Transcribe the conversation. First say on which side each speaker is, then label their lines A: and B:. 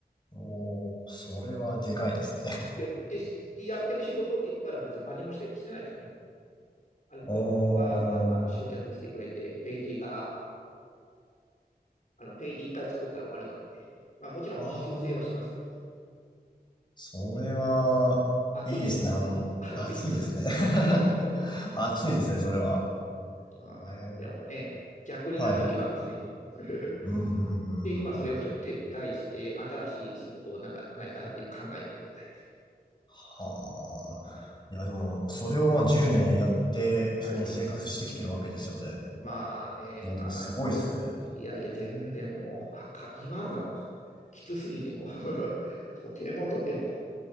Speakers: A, on the left; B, on the left.
A: おー、それはでかいですね。
B: うん、で、でやってる仕事って言ったら別に何もしてしてないですよね。あの広告がバンバン集客してくれて、
A: おー、
B: ページが、あのページ1回作ったら終わりなんで。まあ、もちろん修正はしますけど、
A: ああ、それは、
B: 暑いでしょ
A: いいですね。あの、
B: <laughs> 暑いでしょ
A: 暑いですね。<laughs>
B: 暑いでしょ <laughs>
A: 暑いですね、それは。
B: ああでもね、
A: えー
B: 逆になる時もあるんですね。
A: はい。
B: <laughs>
A: うん、うん、うん、
B: で、今それをちょっと撤退して、
A: うん。うん
B: 新しい仕事をなんかないかなって考えてる状態です。
A: はあ。
B: あ
A: いや、でも、それをまあ10年やって、
B: はい。
A: その生活してきてるわけですよね。
B: まあねあ、
A: いや、でもすごいっすね。
B: いやいや、全然もう、あか今がもう、<laughs> きつすぎても <laughs> とてもとても、